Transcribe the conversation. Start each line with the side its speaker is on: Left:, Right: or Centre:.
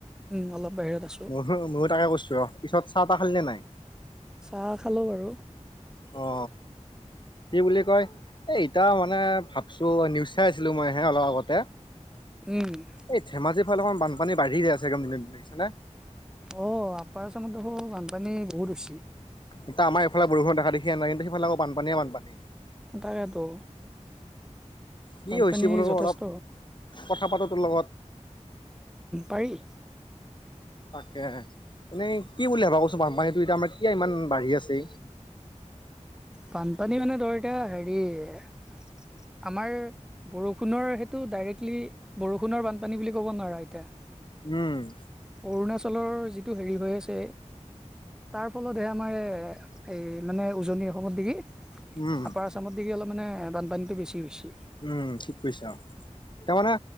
Centre: উম অলপাো
Left: ময়ো ময়ো তাকে কৈছো ৰ পিছত চাহ তাহ খালিনেে নাই
Centre: চাহ খালোঁ বাৰু
Left: অ কি বুলি কয় এ এতিয়া মানে ভাবছো নিউজ চাই আছিলো মই হে অলপ আগতে
Centre: এই
Left: এই ধেমাজিৰ ফালে অকমান বানপানী বাঢ়ি য আছে একছেে
Centre: অঁ আপাৰেচনত দেখোঁ বানপানী বহুত হৈছে
Left: এ আমাৰফালে বষ দেখিয় নাই কিন্ত সাল আৌানীয়েোনী
Centre: দাদাটো
Left: কি
Centre: বানপানী
Left: হৈছে বোলো
Centre: যথেষ্ট
Left: অলপ কথা পাতো তোৰ লগত
Centre: পাৰি
Left: তাকে এনেই কি বুলি ভাবা কছোন, বানপানীটো এতিয়া আমাৰ ক ইমান বাঢ়ি আছে?
Centre: বানপানী মানে ধৰ এতিয়া, হেৰি আমাৰ বৰষুণৰ সেইটো ডাইৰেক্টলি, বৰষুণৰ বানপানী বুলি ক'ব নোৱাৰা এতিয়া।
Left: উম'
Centre: অৰুণাচলৰ যিটো হেৰি হৈ আছে তাৰ ফলতহে আমাৰ, এ-এই মানে উজনি অসমত নেকি,
Left: উম
Centre: আপাৰ আছামত অলপ মানে বানপানীটো বেছি হৈছে।
Left: উম' ঠিক কৈছা। তাৰ মানে